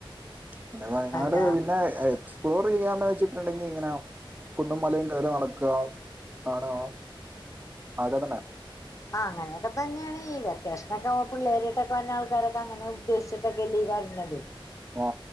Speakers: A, on the right; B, on the left.
A: ഇവടെ വയനാട്
B: അല്ല
A: പിന്നെ എക്സ് ടൂറ് ചെയ്യാന്ന് വെച്ചിട്ടുണ്ടെങ്കി ഇങ്ങനെ കുന്നും മലയും കേറി നടക്കാ കാണാ അതക്കത്തന്നെ
B: അങ്ങനെയൊക്കെ തന്നെയാണേയ് വെക്കാഷനൊക്കെ ആവുമ്പോ പിള്ളേരൊക്കെ ആയിട്ട് വന്ന ആൾക്കാരൊക്കെ അങ്ങനൊക്കെ ഉദ്ദേശിച്ചിട്ടല്ലേ ഈ വരണത്
A: ആ